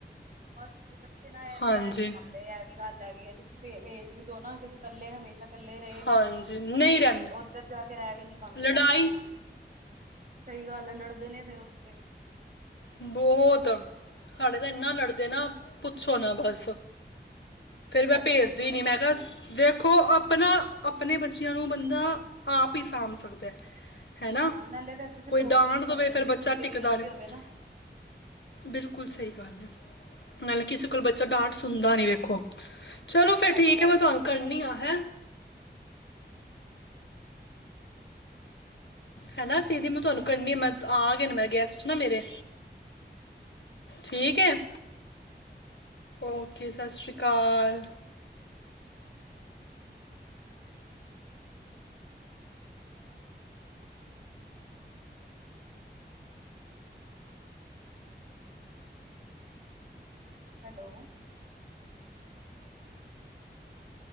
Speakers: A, on the right (about 50°); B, on the left (about 80°).
A: ਬਸ ਮੈਂ ਨਾ ਰਹਿਣ
B: ਹਾਂਜੀ।
A: ਪਾਦੇ ਐ ਵੀ ਗੱਲ ਹੈਗੀ ਇਹ ਤੁਸੀਂ ਭੇਜ ਵੀ ਦੋ ਨਾ ਕਿਉਂਕਿ ਇਕੱਲੇ ਹਮੇਸ਼ਾ ਇਕੱਲੇ ਰਹੇ
B: ਹਾਂਜੀ
A: ਨੇ
B: ਨਹੀਂ
A: ਤੇ
B: ਰਹਿੰਦਾ
A: ਉੱਧਰ ਜਾ ਕੇ ਰਹਿ ਵੀ ਨਹੀਂ ਪਾਦੇ
B: ਲੜਾਈ
A: ਸਾਡੇ ਬਿਨਾਂ ਸਹੀ ਗੱਲ ਲੜਦੇ ਨੇ ਫਿਰ ਉੱਥੇ
B: ਬਹੁਤ ਸਾਡੇ ਤਾਂ ਇਨਾ ਲੜਦੇ ਨਾ ਪੁੱਛੋ ਨਾ ਬਸ ਫੇਰ
A: ਸਾਡੇ
B: ਮੈਂ ਭੇਜਦੀ
A: ਖੁਦ ਬੜੇ
B: ਨੀ
A: ਲੜਦੇ
B: ਮੈਂ ਕਿਹਾ
A: ਨੇ
B: ਦੇਖੋ ਆਪਣਾ ਆਪਣੇ ਬੱਚੇ ਬੱਚਿਆਂ ਨੂੰ ਬੰਦਾ ਆਪ ਹੀ ਸਾਂਭ ਸਕਦਾ ਹੈਨਾ
A: ਹਾਂ ਨਾਲੇ ਫੇਰ ਤੁਸੀਂ
B: ਕੋਈ
A: ਟੋਕ
B: ਡਾਂਟ
A: ਵੀ ਨਹੀਂ
B: ਦੇਵੇ
A: ਸਕਦੇ
B: ਫਿਰ
A: ਜੇ
B: ਬੱਚਾ
A: ਦੂਜੇ
B: ਟਿਕਦਾ
A: ਦੀ ਗ਼ਲਤੀ
B: ਨਹੀਂ
A: ਹੋਵੇ ਨਾ।
B: ਬਿਲਕੁਲ ਸਹੀ ਗੱਲ ਹੈ। ਨਾਲੇ ਕਿਸੇ ਕੋਲ ਬੱਚੇ ਡਾਂਟ ਸੁਣਦਾ ਨੀ ਵੇਖੋ ਚਲੋ ਫਿਰ
A: ਇਹ
B: ਠੀਕ
A: ਵੀ ਗੱਲ
B: ਹੈ ਮੈਂ ਤੁਹਾਨੂੰ ਕਰਨੀ ਹੈਂ। ਹੈਨਾ ਦੀਦੀ ਮੈਂ ਤੁਹਾਨੂੰ ਕਰਨੀ ਆ ਮੈਂ ਆ ਗਏ ਮੈਂ ਗੈਸਟ ਨਾ ਮੇਰੇ। ਠੀਕ ਹੈ, ਓਕੇ ਸਤਿ ਸ੍ਰੀ ਅਕਾਲ।
A: ਹੈਲੋ